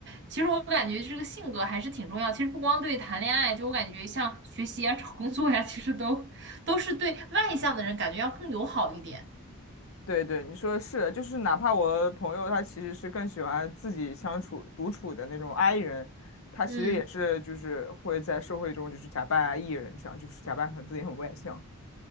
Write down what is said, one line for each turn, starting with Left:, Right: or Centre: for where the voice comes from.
Right: 其实我感觉这个性格还是挺重要。其实不光对谈恋爱，就我感觉像学习啊、找工作呀、其实都都是对外向的人感觉要更友好一点。
Left: 对对，你说的是，就是哪怕我朋友他其实是更喜欢自己相处独处的那种 I 人，他其实也是就是会在社会中就是假扮
Right: 嗯。
Left: E 人，这样就是假扮很自己很外向。